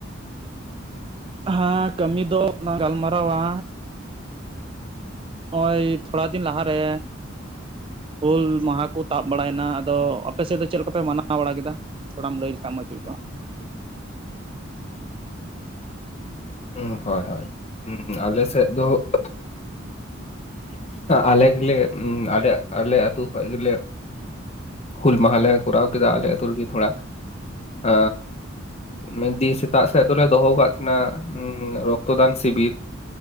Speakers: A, on the right; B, on the left.
A: ᱦᱮᱸ ᱠᱟᱹᱢᱤ ᱫᱚ ᱚᱱᱟ ᱜᱟᱞᱢᱟᱨᱟᱣᱟ ᱱᱚᱜᱼᱚᱭ ᱛᱷᱚᱲᱟ ᱫᱤᱱ ᱞᱟᱦᱟ ᱨᱮ ᱦᱩᱞ ᱢᱟᱦᱟ ᱠᱚ ᱛᱟᱵ ᱵᱟᱲᱟᱭᱱᱟ ᱟᱫᱚ ᱟᱯᱮ ᱥᱮᱫ ᱫᱚ ᱪᱮᱫ ᱞᱮᱠᱟᱯᱮ ᱢᱟᱱᱟᱣ ᱵᱟᱲᱟ ᱠᱮᱫᱟ ᱛᱷᱚᱲᱟᱢ ᱞᱟᱹᱭ ᱞᱮᱠᱷᱟᱱ ᱢᱚᱡᱽ ᱦᱩᱭ ᱠᱚᱼᱟ
B: ᱦᱳᱭ ᱦᱳᱭ ᱟᱞᱮ ᱥᱮᱫ ᱫᱚ ᱟᱞᱮ ᱜᱮᱞᱮ ᱟᱞᱮ ᱟᱞᱮ ᱟᱹᱛᱩ ᱠᱷᱚᱱ ᱜᱮᱞᱮ ᱦᱩᱞ ᱢᱟᱦᱟᱞᱮ ᱠᱚᱨᱟᱣ ᱠᱮᱫᱟ ᱟᱞᱮ ᱟᱹᱛᱩᱨᱮ ᱜᱮ ᱛᱷᱚᱲᱟ ᱾ ᱮ ᱢᱮᱱ ᱫᱤᱧ ᱥᱮᱛᱟᱜ ᱥᱮᱫ ᱫᱚᱞᱮ ᱫᱚᱦᱚ ᱟᱠᱟᱫ ᱛᱟᱦᱮᱱᱟ ᱨᱚᱠᱛᱚᱫᱟᱱ ᱥᱤᱵᱤᱨ